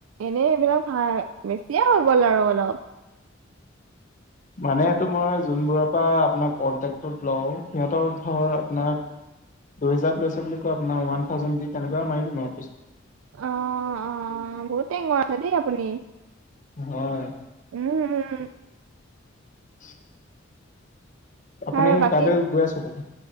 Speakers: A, on the right; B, on the left.
A: এনেই এইবিলাক ভাল বেছিয়ে হৈ গ'ল আৰু অলপ।
B: মানে এইটো মই যোনবোৰৰ পৰা আপোনাৰ কন্টেকতো লওঁ সিহঁতৰ- হয় আপোনাক দুহেজাৰত লৈছো বুলি কয় আপোনাক ওৱান থাউজেণ্ড দি তেনেকুৱা মাৰি দিম আৰু পইচা।
A: অঁ অঁ বহুত টেঙৰ আছে দেই আপুনি।
B: হয়।
A: উম উম উম'।
B: <unintelligible> আপুনি
A: আৰু বাকী-
B: কাইলৈ গৈ আছে তে